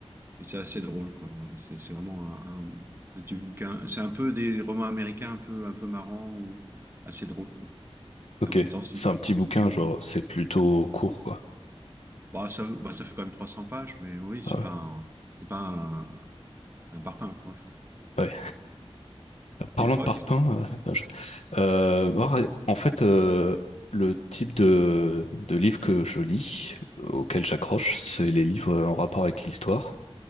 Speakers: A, on the right (about 20°); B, on the left (about 80°).
A: Et c'est assez drôle, quoi. C'est c'est vraiment un, un, un petit bouquin. C'est un peu des romans américains un peu, un peu marrants ou assez drôles, quoi.
B: Ok.
A: Et en même temps,
B: C'est un petit bouquin, genre, c'est plutôt court, quoi.
A: Bah, ça, bah, ça fait quand même 300 pages, mais oui,
B: Ah
A: c'est pas
B: ouais.
A: un, c'est pas un, un parpaing, quoi.
B: Ouais. Parlant
A: Et toi,
B: de parpaing,
A: qu'est-ce-
B: euh, <laughs> non, je- euh, bah, en fait, euh, le type de, de livre que je lis, auquel j'accroche, c'est les livres en rapport avec l'histoire.